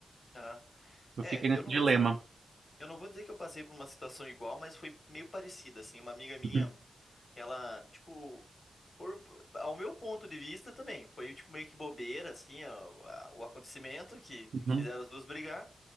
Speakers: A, on the left; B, on the right.
A: Aham.
B: Eu
A: É,
B: fiquei
A: eu
B: nesse
A: não
B: dilema.
A: vou dizer, eu não vou dizer que eu passei por uma situação igual, mas foi meio parecida, assim. Uma amiga minha,
B: Uhum,
A: ela, tipo, por- ao meu ponto de vista também, foi tipo meio que bobeira assim, a- a- o acontecimento que, que
B: uhum,
A: fizeram as duas brigar,